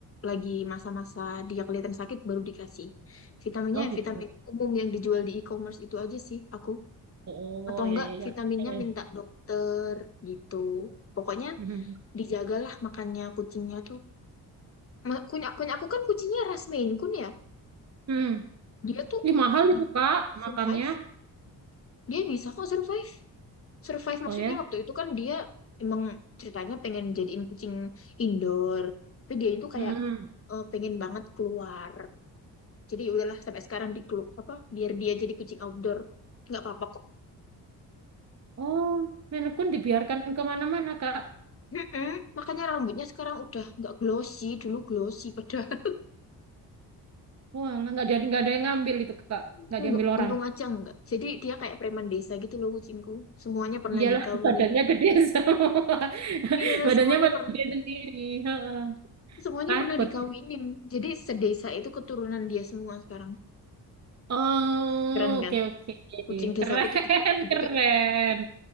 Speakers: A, on the left (about 35°); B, on the right (about 40°).
A: lagi masa-masa dia kelihatan sakit baru dikasih vitaminnya
B: Oh
A: yang
B: gitu.
A: vitamin umum yang dijual di e-commerce itu aja sih aku
B: Oh
A: atau
B: ya
A: enggak
B: ya ya.
A: vitaminnya
B: Eh,
A: minta dokter gitu pokoknya
B: mhm.
A: dijagalah makannya kucingnya tuh Ma- punya punya aku kan kucingnya ras Maine Coon ya
B: Hmm.
A: dia tuh
B: Ih, mahal
A: dia
B: itu Kak
A: survive
B: makannya.
A: dia bisa kok survive survive
B: Oh
A: maksudnya
B: ya.
A: waktu itu kan dia emang ceritanya pengen jadiin kucing indoor tapi dia itu kayak
B: Hmm.
A: eh, pengen banget keluar jadi ya udahlah sampai sekarang di kelu- apa biar dia jadi kucing outdoor nggak apa-apa kok
B: Oh, nenek pun dibiarkan kemana-mana Kak.
A: Mm-mm. makanya rambutnya sekarang udah nggak glossy dulu glossy padahal
B: Wah, lah, nggak ada nggak ada yang ngambil itu Kak.
A: <laughs>
B: Nggak diambil
A: nggak
B: orang.
A: untung aja nggak jadi dia kayak preman desa gitu loh kucingku semuanya pernah
B: Iyalah
A: dikawinin
B: <laughs> badannya gede semua. <laughs>
A: iya
B: Badannya
A: semuanya
B: malah
A: pernah
B: gede sendiri. Heeh.
A: semuanya
B: Takut.
A: pernah dikawinin jadi sedesa itu keturunan dia semua sekarang
B: Oh,
A: keren
B: oke
A: kan
B: oke.
A: Kucing desaku
B: Keren
A: tuh gede, gede.
B: <laughs> keren.